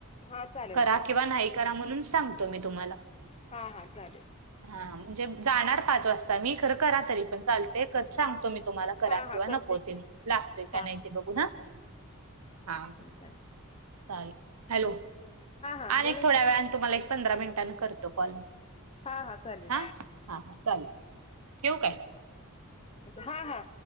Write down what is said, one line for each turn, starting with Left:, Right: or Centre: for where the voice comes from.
Left: हा चालेल
Right: करा
Left: चालेल
Right: किंवा नाही करा, म्हणून सांगतो मी तुम्हाला.
Left: हा हा चालेल.
Right: हा, म्हणजे जाणार पाच वाजता मी, खरं करा तरी पण चालते क सांगतो मी तुम्हाला करा
Left: हा
Right: किंवा
Left: हा करते
Right: नको ते.
Left: की
Right: लागतय का
Left: हा
Right: नाही ते बघून हा. हा.
Left: चाल
Right: चालेल. हॅलो
Left: हा
Right: आणि
Left: बोला
Right: एक थोड्या
Left: की
Right: वेळान तुम्हाला एक पंधरा मिनिटांने करतो कॉल मी.
Left: हा हा चालेल
Right: आ. हा हा चालेल ठेवू काय.
Left: हा हा.